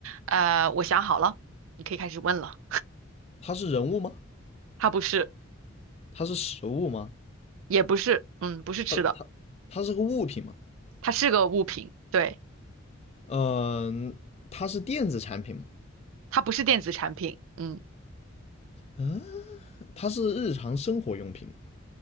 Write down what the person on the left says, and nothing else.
它是人物吗？
它是食物吗？
它它它是个物品吗？
嗯、它是电子产品吗？
嗯、它是日常生活用品吗？